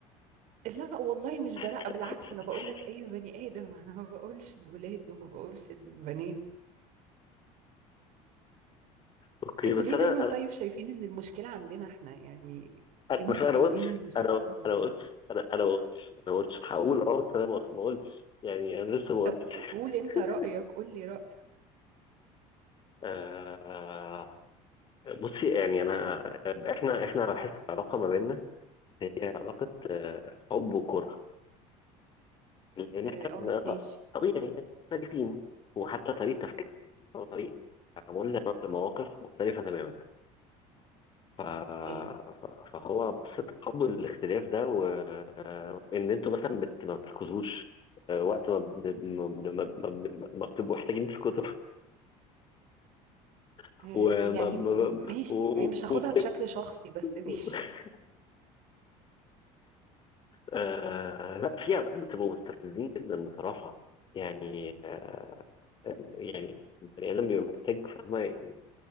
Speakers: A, on the right (about 60°); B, on the left (about 35°).
A: لا والله مش
B: <laughs>
A: بلا بالعكس انا بقول لك اي بني ادم <laughs> انا ما بقولش الولاد وما بقولش البنات
B: اوكي
A: انتوا
B: بس
A: ليه
B: انا
A: دايما طيب شايفين ان المشكلة عندنا احنا يعني ليه
B: انا
A: متخيلين
B: مش انا ما قلتش
A: ان المشكلة
B: انا
A: دايما عندنا
B: انا ما قلتش انا انا ما قلتش انا ما قلتش هقول اه بس انا ما ما قلتش يعني انا لسه ما قلتش
A: طب قو- قول انت
B: <laughs>
A: رأيك قول لي رأيك
B: آه بصي يعني انا احنا احنا بحس العلاقه ما بيننا هي علاقه حب وكره لان
A: اه
B: احنا
A: اه،
B: ط-
A: ماشي
B: طبيعي مختلفين وحتى طريقه تفكيرنا وطريقه تعاملنا مع المواقف مختلفه تماما ف...
A: اوكي
B: ف- فهو بس تقبل الاختلاف ده و... آه، وان انتوا مثلا بت... ما بتركزوش آه، وقت ما بن- ما بن- ما بن- ما بن- ما بتبقوا محتاجين تسكتوا <laughs>
A: اه
B: وما
A: يعني
B: ما...
A: م- ماشي
B: و... و-
A: مش هاخدها
B: وبتبقوا
A: بشكل شخصي بس ماشي
B: <laughs> آه... لا في اوقات بتبقوا مستفزين جدا بصراحة يعني آه... يعني البني آدم بيبقى محتاج فاهمة